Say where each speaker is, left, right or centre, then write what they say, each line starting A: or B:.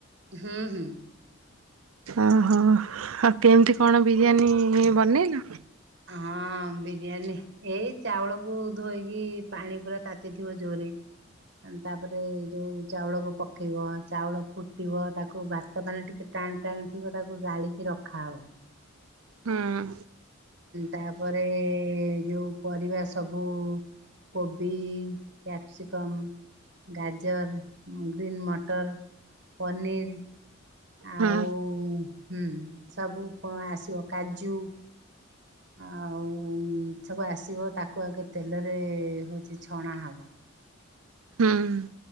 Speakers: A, on the right; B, on the right.
A: ହୁଁ ହୁଁ।
B: ଓହୋ ଆଉ କେମତି କଣ ବିରିୟାନୀ ବନେଇଲୁ?
A: ହଁ ବିରିୟାନୀ ଏଇ ଚାଉଳକୁ ଧୋଇକି ପାଣି ପୁରା ତାତିଥିବ ଜୋରେ। ତାପରେ ଯୋଉ ଚାଉଳକୁ ପ ପକେଇିବ ଚାଉଳ ଫୁଟିବ ତାକୁ ଵାତ ପାଣି ଟିକେ ଟାଣ ଟାଣଥିବ ତାକୁ ଗାଳିକି ରଖାହେବ।
B: ହଁ।
A: ତାପରେ ଯୋଉ ପରିବା ସବୁ କୋବି କ୍ୟାପ୍ସିକମ୍ ଗାଜର ଗ୍ରୀନ୍ ମଟର ପନିର ଆ
B: ହଁ।
A: ଉଁ ହୁଁ ସବୁ ଆସିବ କାଜୁ। ଆଉ ସବୁ ଆସିବ ତାକୁ ଆଗେ ତେଲରେ ହେଉଚି ଛଣା ହେବ।
B: ହୋ ଉ।